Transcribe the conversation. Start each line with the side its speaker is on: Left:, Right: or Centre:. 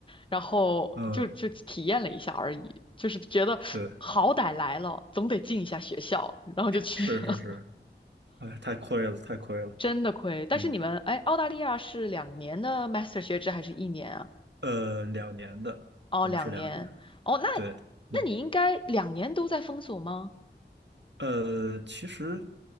Left: 然后就就体验了一下而已，
Right: 嗯，
Left: 就是觉得好歹来了，
Right: 对，
Left: 总得进一下学校，然后就去了，
Right: 是是是，
Left: <laughs>
Right: 哎，太亏了，太亏了，
Left: 真的亏。但是你们，
Right: 嗯。
Left: 哎，澳大利亚是两年的 master 学制还是一年啊？
Right: 呃，两年的，
Left: 哦，
Right: 我们是两年。
Left: 两年。哦，那
Right: 对你，
Left: 那你应该两年都在封锁吗？
Right: 呃，其实